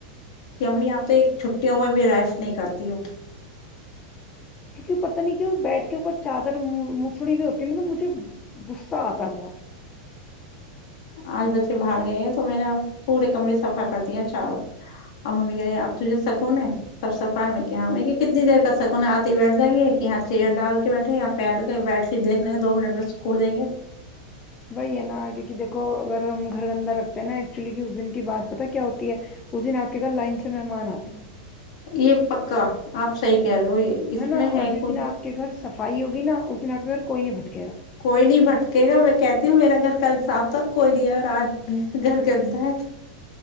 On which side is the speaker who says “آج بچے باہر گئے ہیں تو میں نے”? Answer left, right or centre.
Left